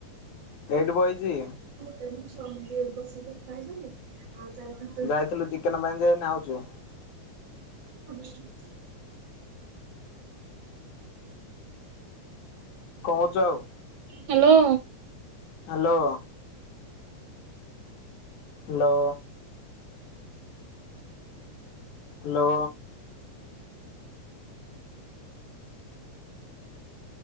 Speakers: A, on the left (about 75°); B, on the right (about 60°).
A: ଏଇଠି ବଇଚି।
B: <unintelligible> ବସିକି କଥା ହେଇଛନ୍ତି ଆଉ ତାର
A: ଯାଇଥିଲୁ ଚିକେନ ପାଇଁ ଯେ ଏଇନେ ଆଉଛୁ।
B: <inaudible>
A: କଣ କରୁଛ ଆଉ
B: hello
A: hello hello hello